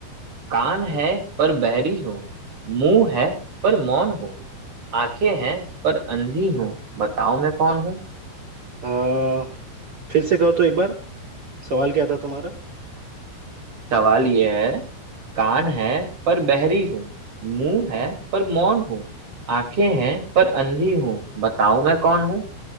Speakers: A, on the right; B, on the right.
A: कान है पर बहरी हूँ मुंह है पर मौन हूँ आंखें हैं पर अंधी हूँ बताओ मैं कौन हूँ
B: आ, फिर से कहो तो एक बार सवाल क्या था तुम्हारा
A: सवाल ये है कान है पर बहरी हूँ मुंह है पर मौन हूँ आंखें हैं पर अंधी हूँ बताओ मैं कौन हूँ